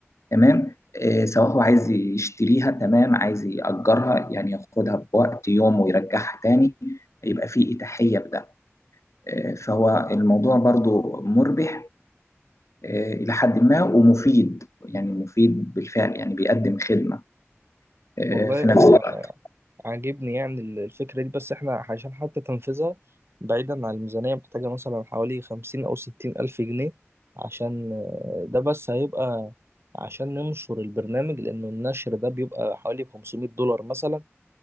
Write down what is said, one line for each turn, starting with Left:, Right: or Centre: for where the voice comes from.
Left: تمام آه، سواء هو عايز يشتريها تمام عايز يأجرها يعني ياخدها بوقت يوم ويرجعها تاني يبقى في إتاحية بده آه، فهو الموضوع برضو مربح آه، إلى حد ما ومفيد يعني مفيد بالفعل يعني بيقدم خدمة آه،
Right: والله
Left: في نفس الوقت
Right: عاجبني يعني ال- الفكرة دي بس احنا عشان حتى تنفذها بعيدا عن الميزانية محتاجة مثلا حوالي خمسين أو ستين ألف جنيه عشان آه، ده بس هيبقى عشان ننشر البرنامج لأنه النشر ده بيبقى حوالي 500 دولار مثلا